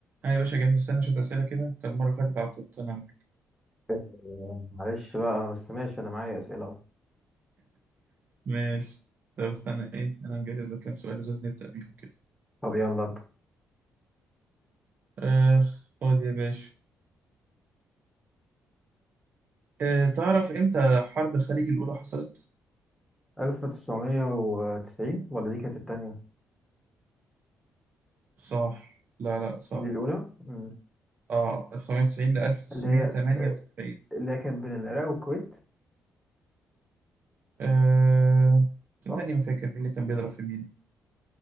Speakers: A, on the right; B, in the centre.
A: أيوة يا باشا جهز استنى شوية أسئلة كده طب المرة اللي فاتت عطلت أنا
B: آه، معلش بقى بس ماشي انا معايا اسئله اهو
A: ماشي طب استنى إيه أنا مجهز لك كام سؤال لازم نبدأ بيهم كده
B: طب يلا ابدا
A: آخ خد يا باشا آه تعرف إمتى حرب الخليج الأولى حصلت؟
B: 1990 ولا دي كانت التانية
A: صح لا لا صح
B: دي الاولى مم.
A: آه 1990 ل 1998
B: اللي هي آه، اللي هي كانت بين العراق والكويت
A: آه صدقني
B: صح
A: ما فاكر مين اللي كان بيضرب في مين